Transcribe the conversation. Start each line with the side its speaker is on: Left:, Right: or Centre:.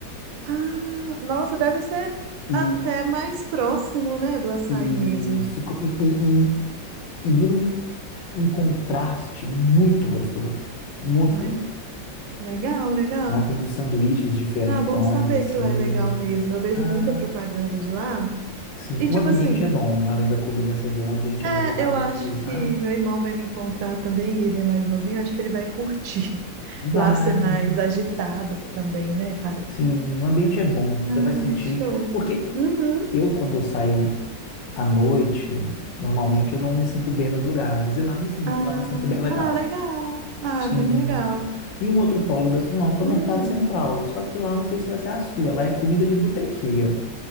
Right: Ah, nossa, deve ser
Left: E,
Right: até mais próximo, né, do açaí
Left: e,
Right: mesmo.
Left: se co- e, e, e- e vira um, um contraste muito gostoso. Muito
Right: Ai,
Left: gostoso.
Right: legal, legal.
Left: Lá tem uns sanduíches diferentões,
Right: Ah, bom saber
Left: assim.
Right: que lá é legal mesmo. Eu vejo
Left: Ah,
Right: muita propaganda de lá.
Left: sim.
Right: E
Left: O
Right: tipo
Left: ambiente
Right: assim,
Left: é bom, além da comida ser boa, o ambiente
Right: é,
Left: é bom, um lugar
Right: eu
Left: bom
Right: acho
Left: de ir,
Right: que
Left: sabe?
Right: meu irmão vai me encontrar também, e ele é mais novinho, acho que ele vai curtir <laughs> lá
Left: Vai.
Right: ser mais agitado também, né, parece.
Left: Sim, o ambiente é bom.
Right: Ai,
Left: Você vai sentir.
Right: show.
Left: Porque
Right: Uhum.
Left: eu, quando eu saio. à noite, normalmente eu não me sinto bem nos lugares, e lá eu me sinto,
Right: Ah,
Left: lá eu me sinto bem legal.
Right: ah, legal. Ah,
Left: Sim.
Right: bem legal.
Left: E um outro polo gastronômico
Right: Hum.
Left: é o Mercado Central, só que lá eu não sei se vai ser a sua, lá é comida de botequeiro.